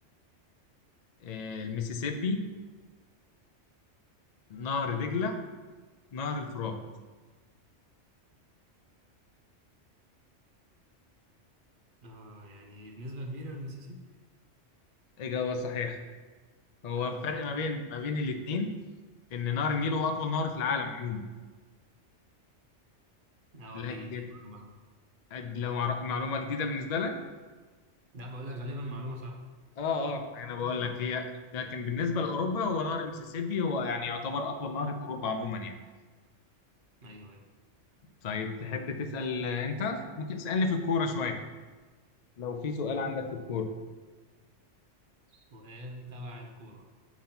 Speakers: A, on the left; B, on the right.
A: آه المسيسيبي نهر دجلة نهر الفرات
B: اه يعني بنسبة كبيرة المسيسيبي
A: إجابة صحيحة هو
B: تمام
A: الفرق
B: حلو
A: ما بين ما بين الاتنين إن نهر النيل هو أطول نهر في العالم عموما
B: اه
A: لكن
B: دي دي معلومة صح
A: أد- لو مع- معلومة جديدة بالنسبة لك
B: لا بقول لك غالبا معلومة صح
A: اه اه انا بقول لك هي لكن بالنسبة لأوروبا هو نهر المسيسيبي هو يعني يعتبر أطول نهر في أوروبا عموما يعني
B: ايوه ايوه
A: طيب تحب تسأل آه، أنت ممكن تسألني في الكورة شوية لو في سؤال عندك في الكورة
B: سؤال تبع الكورة